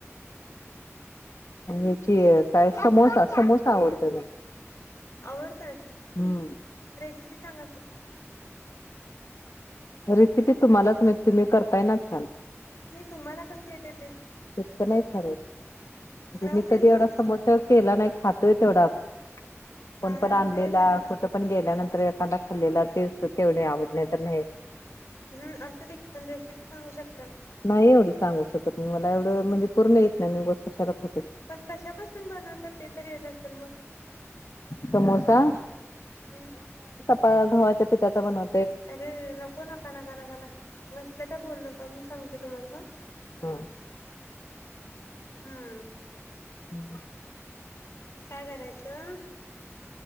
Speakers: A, on the left; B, on the left.
A: याची काय समोसा समोसा आवडतोय म
B: आवडतय
A: हुम.
B: रेसिपी सांगा की.
A: रेसिपी तुम्हालाच माहीत तुम्ही करताय ना छान.
B: नी तुम्हाला कशे येतेत
A: इतका नाही छान येत म्हणजे
B: राहू
A: मी
B: दे
A: कधी एवढा
B: पण
A: समोसा केला नाही खातोय तेवढाच कोण पण
B: राहू
A: आणलेला
B: दे पण
A: कुठं पण गेल्यानंतर एखादा खाल्लेला ते अस तेवढे आवड नाहीं तर नाहीं.
B: हुं असुदेकी पण रेसिपी सांगू शक
A: नाही एवढी सांगू शकत मी मला एवढं म्हणजे पूर्ण इत नाही मी उगच कशाला खो
B: पण कशापासून बनवतात ते तरी येत असेल मग
A: समोसा
B: हुं.
A: अ गव्हाच्या पिठाचा बनव
B: अरे नको नका नका नका नका असलं काय बोलू नका मी सांगते तुम्हाला हं!
A: हो <inaudible>
B: हुं!
A: हुं! <inaudible>
B: काय करायचं-